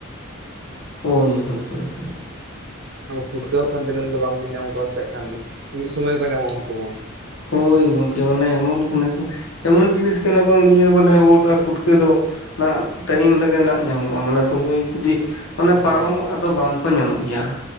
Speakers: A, on the left; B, on the right.
A: ᱦᱩᱸ ᱦᱩᱸ ᱦᱩᱸ ᱦᱩᱸ
B: ᱯᱩᱴᱠᱟᱹ ᱦᱟᱸᱜ ᱠᱷᱟᱱ ᱫᱤᱱᱟᱹᱢ ᱫᱚ ᱵᱟᱝᱵᱤᱱ ᱧᱟᱢ ᱠᱚᱣᱟ ᱥᱮ ᱦᱟᱸᱜ ᱠᱷᱟᱱ ᱢᱤᱫ ᱥᱚᱢᱚᱭ ᱠᱚ ᱧᱟᱢᱚᱜᱼᱟ ᱩᱱᱠᱩ ᱦᱚᱸ
A: ᱦᱳᱭ ᱜᱚᱢᱠᱮ ᱢᱟᱱᱮ ᱮᱢᱚᱱ ᱠᱟᱱᱟ ᱠᱚ ᱮᱢᱚᱱ ᱡᱤᱱᱤᱥ ᱠᱟᱱᱟ ᱵᱟᱝ ᱱᱤᱭᱟᱹ ᱢᱟᱱᱮ ᱳᱫ ᱟᱨ ᱯᱩᱴᱠᱟᱹ ᱫᱚ ᱚᱱᱟ ᱴᱟᱭᱤᱢ ᱨᱮᱜᱮ ᱱᱟᱦᱜ ᱧᱟᱢᱚᱜᱼᱟ ᱢᱟᱱᱮ ᱥᱳᱚᱢᱚᱭ ᱡᱩᱫᱤ ᱚᱱᱟ
B: ᱦᱩᱸ
A: ᱯᱟᱨᱚᱢᱚᱜᱼᱟ ᱟᱫᱚ ᱵᱟᱝ ᱠᱚ ᱧᱟᱢᱚᱜ ᱜᱮᱭᱟ